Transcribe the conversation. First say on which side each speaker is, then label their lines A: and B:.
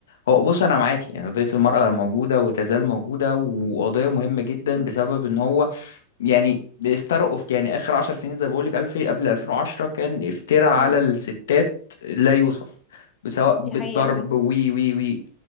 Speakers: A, on the left; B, on the left.
A: هو بص انا معاكي يعني قضيه المراه موجوده وتزال موجوده وقضيه مهمه جدا بسبب ان هو يعني افترقوا في يعني اخر عشر سنين زي ما بقول لك الف قبل 2010 كان افتراء على
B: امم
A: الستات لا يوصف سواء
B: دي
A: بالضرب
B: حقيقة فعلا
A: وي وي وي